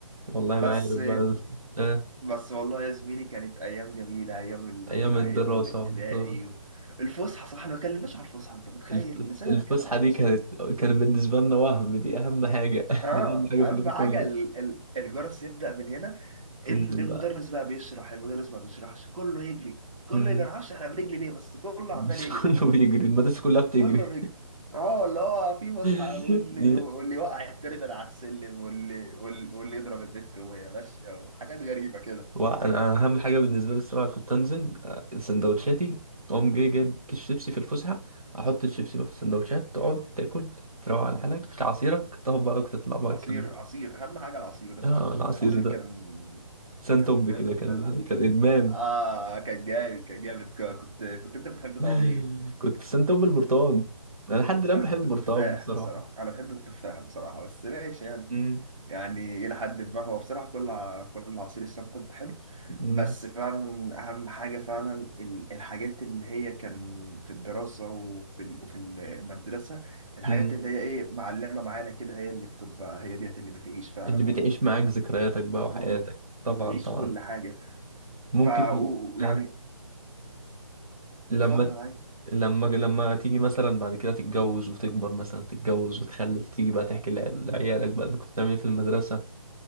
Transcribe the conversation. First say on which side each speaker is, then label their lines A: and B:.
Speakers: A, on the right (about 85°); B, on the right (about 65°).
A: والله
B: بس
A: ما عارف بقى آه.
B: بس والله يا زميلي كانت ايام جميله ايام ال...
A: أيام
B: ايام
A: الدراسة
B: الابتدائي
A: آه.
B: الفسحه صح ما اتكلمناش على الفسحه انت متخيل
A: الف-
B: لسنا
A: الفسحة
B: بنتكلم على
A: دي
B: الفسحه
A: كانت كانت بالنسبة لنا وهم دي أهم حاجة <laughs>
B: اه
A: دي أهم حاجة
B: اهم
A: في اليوم
B: حاجه
A: كله
B: ال- ال- الجرس يبدا من هنا
A: تنزل
B: ال- المدرس
A: بقى
B: بقى بيشرح المدرس ما بيشرحش كله يجري كله
A: مم.
B: يجري معرفش احنا بنجري ليه بس كله
A: بس
B: عمال يجري
A: <laughs> كله
B: وخلاص
A: بيجري المدرسة كلها بتجري
B: كله بيجري اه اللي هو في فسحه
A: <laughs>
B: واللي
A: دي-
B: واللي يوقع التربل على السلم واللي وال- واللي يضرب البت وهي ماشيه وحاجات غريبه كده
A: وأنا أهم حاجة بالنسبة لي الصراحة كنت أنزل آه، سندوتشاتي
B: مم.
A: أقوم جاي جايب كيس شيبسي في الفسحة أحط الشيبسي بقى في السندوتشات تقعد تاكل تروق
B: مم.
A: على حالك تعصيرك تاخد بعضك وتطلع بقى
B: عصير
A: تكمل
B: عصير اهم حاجه العصير ده فعلا
A: اه العصير
B: العصير
A: ده
B: كان
A: سنتوب
B: كان فاهم
A: كده
B: بتبلع
A: كان
B: بيه
A: كان
B: كده
A: ادمان
B: اه كان جامد كان جامد ك- كنت كنت انت بتحب
A: <laughs>
B: طعم ايه؟
A: كنت سنتوب البرتقال انا لحد الان
B: انا
A: بحب
B: كنت
A: البرتقال
B: التفاح
A: بصراحه
B: بصراحه انا بحب التفاح بصراحه بس ماشي يعني
A: مم.
B: يعني الى حد ما هو بصراحه كل ع- كل عصير السنتب حلو
A: مم.
B: بس فعلا اهم حاجه فعلا ال- الحاجات اللي هي كان في الدراسه وفي ال- وفي المدرسه الحاجات
A: مم.
B: اللي هي ايه معلمه معانا كده هي اللي بتبقى هي ديت اللي بتعيش فعلا
A: اللي بتعيش
B: والله
A: معاك ذكرياتك بقى وحياتك
B: امم
A: طبعا
B: بتعيش
A: طبعا
B: كل حاجه
A: ممكن
B: ف و- يعني
A: آه، لما
B: اتفضل عادي
A: لما لما تيجي مثلا بعد كده تتجوز وتكبر مثلا تتجوز وتخلف تيجي بقى تحكي لع- لعيالك بقى انك كنت بتعمل ايه في المدرسة